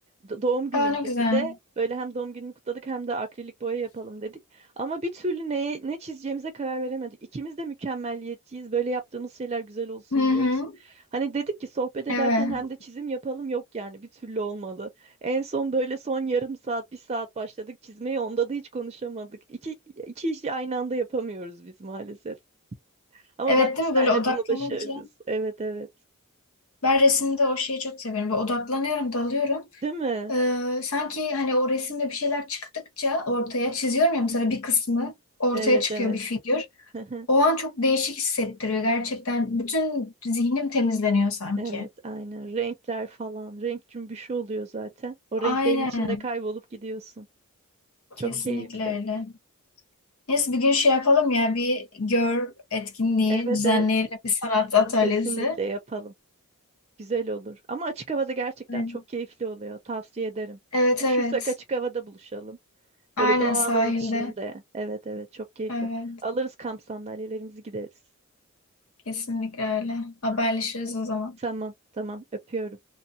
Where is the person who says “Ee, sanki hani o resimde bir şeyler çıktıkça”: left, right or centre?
Left